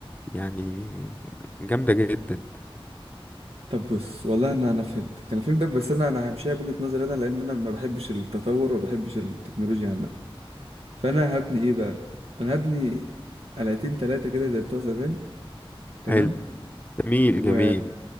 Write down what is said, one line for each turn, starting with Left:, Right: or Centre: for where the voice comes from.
Left: يعني جامدة جدا
Right: طب بص والله انا انا فهمتك انا فهمتك بس انا انا همشيها بوجهة نظري انا لان انا ما بحبش التطور وما بحبش التكنولوجيا عامة فانا هبني ايه بقى انا هبني قلعتين تلاتة كده زي بتوع زمان تمام
Left: حلو جميل
Right: و
Left: جميل